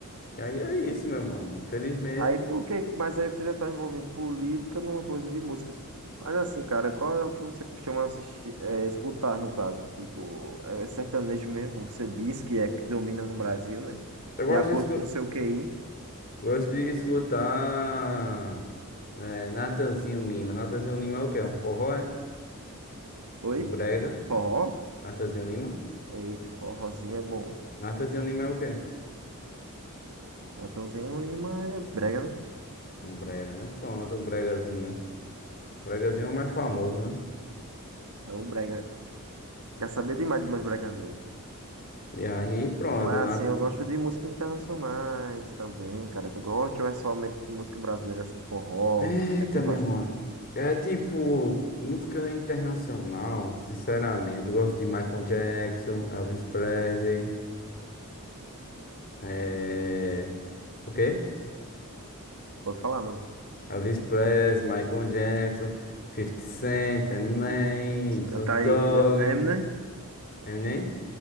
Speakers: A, on the left; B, on the right.
A: E aí é isso, meu mano. Infelizmente,
B: Aí por que? Mas aí você já tá envolvendo política numa coisa de músicas. Mas assim, cara, qual é o que você costuma assistir, é, escutar no caso? Tipo, é é sertanejo mesmo, como você disse, que é que domina no Brasil, né?
A: eu gosto
B: De acordo
A: de escutar,
B: com o seu QI.
A: gosto de escutar É, Natanzinho Lima. Natanzinho Lima é o quê? Um forró, é?
B: Oi?
A: Um brega.
B: Forró?
A: Natanzinho Lima?
B: Eita, forrozinho é bom.
A: Natanzinho Lima é o quê?
B: Natanzinho Lima é brega, né?
A: Um brega, né? Pronto, o bregazinho. O bregazinho é o mais famoso, né?
B: É o brega. Quer saber demais de mais brega novo.
A: E aí, pronto.
B: Mas
A: Nata-
B: assim, eu gosto de música internacionais também, cara. Tu gosta ou é somente música brasileira, assim, forró?
A: Eita,
B: Aí quando
A: meu
B: vai
A: mano. É tipo, música internacional, sinceramente. Eu gosto de Michael Jackson, Elvis Presley. É... O quê?
B: Vou te falar, mano.
A: Elvis Presley, Michael Jackson, Fifty Cent, Eminem, Snoop
B: Cantar aí
A: Dogg.
B: Em- Eminem.
A: Eminem?